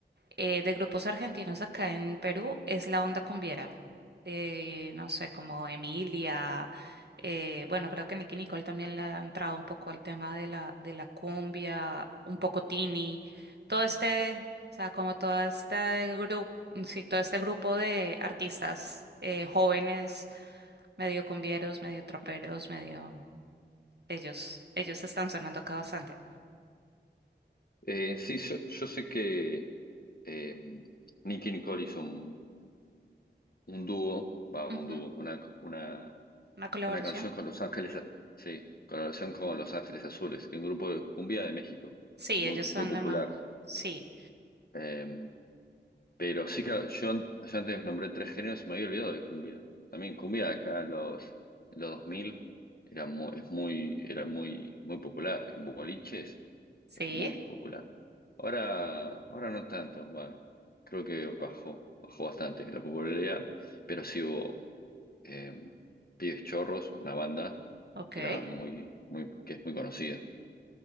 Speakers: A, on the right (about 65°); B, on the left (about 55°).
A: eh, de grupos argentinos acá en Perú es la onda cumbiera. Eh, no sé, como Emilia. eh, bueno, creo que Nicki Nicole también le ha entrado un poco al tema de la, de la cumbia, un poco Tini. Todo este, o sea, como todo este grupo, sí, todo este grupo de artistas eh, jóvenes, medio cumbieros, medio troperos, medio. Ellos, ellos están sonando acá bastante.
B: Eh, sí, yo, yo sé que eh, Nicki Nicole hizo un, un dúo, va,
A: Ujú,
B: un dúo, una, una
A: Una colaboración.
B: Una canción con Los Ángeles, sí, colaboración con Los Ángeles Azules, que es un grupo de cumbia de México,
A: Sí,
B: muy,
A: ellos son
B: muy popular.
A: de más. Sí,
B: Eh, pero sí, claro, yo, an- yo antes nombré tres géneros y me había olvidado de cumbia. También cumbia acá en los, en los 2000 era muy, es muy, era muy, muy popular, en boliches,
A: sí.
B: muy popular. Ahora, ahora no tanto, bueno, creo que bajó, bajó bastante la popularidad, pero sí hubo eh, Pibes Chorros, una banda
A: Ok.
B: que era muy, muy, que es muy conocida.